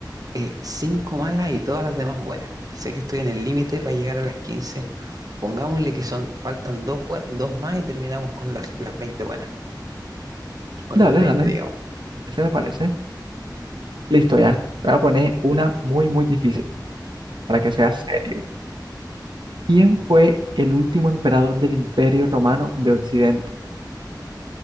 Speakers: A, on the right; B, on the right.
A: eh, cinco malas y todas las demás buenas. Sé que estoy en el límite para llegar a las quince Pongámosle que son, faltan dos, bue- dos más y terminamos con las, las 20 buenas. Con
B: Dale,
A: las 20,
B: dale. Ese me parece. Listo, ya. Te voy a poner una muy, muy difícil para que sea serio. ¿Quién fue el último emperador del Imperio Romano de Occidente?